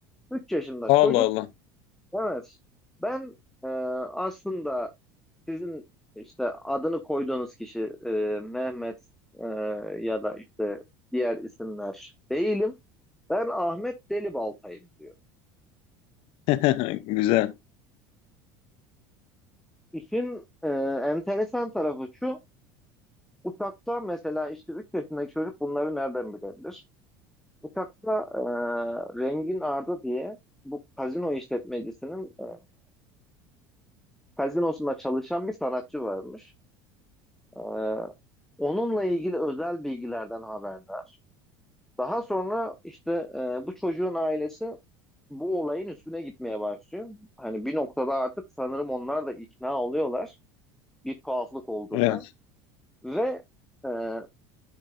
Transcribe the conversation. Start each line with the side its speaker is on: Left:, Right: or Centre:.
Centre: Üç yaşında
Left: Allah
Centre: çocuk.
Left: Allah.
Centre: Evet. Ben e, aslında sizin işte adını koyduğunuz kişi e, Mehmet e, ya da işte diğer isimler değilim. Ben Ahmet Delibaltay'ım diyor.
Left: <laughs> Güzel.
Centre: İşin e, enteresan tarafı şu. Uçakta mesela işte 3 yaşındaki çocuk bunları nereden bilebilir? Uçakta e, Rengin Arda diye bu kazino işletmecisinin e, kazinosunda çalışan bir sanatçı varmış. Ee, onunla ilgili özel bilgilerden haberdar. Daha sonra işte e, bu çocuğun ailesi bu olayın üstüne gitmeye başlıyor. Hani bir noktada artık sanırım onlar da ikna oluyorlar bir tuhaflık olduğuna.
Left: Evet,
Centre: Ve e,